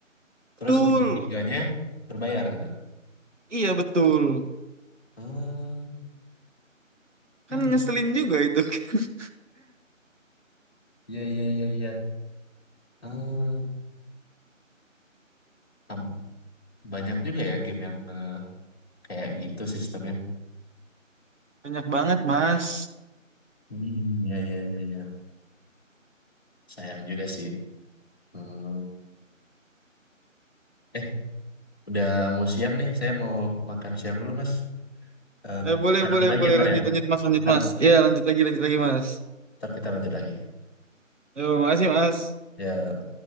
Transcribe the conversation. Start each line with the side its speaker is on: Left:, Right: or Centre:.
Left: Terus
Right: Betul.
Left: dua tiganya berbayar gitu.
Right: Iya betul.
Left: Oh, <clears throat>
Right: Kan ngeselin juga itu. <laughs>
Left: iya iya iya iya. Oh, tam- banyak juga ya game yang eh, kayak gitu sistemnya.
Right: Banyak banget mas.
Left: Hmm, ya, ya, ya, ya. Sayang juga sih. Hmm. Eh, udah mau siang nih. Saya mau makan siang dulu, Mas. Eh,
Right: Eh, boleh,
Left: lanjut
Right: boleh,
Left: lagi
Right: boleh.
Left: ntar
Right: Lanjut,
Left: ya.
Right: lanjut, Mas. Lanjut,
Left: Ntar,
Right: Mas. Iya, lanjut lagi, lanjut lagi, Mas.
Left: ntar kita lanjut lagi.
Right: Yo, makasih, Mas.
Left: Ya.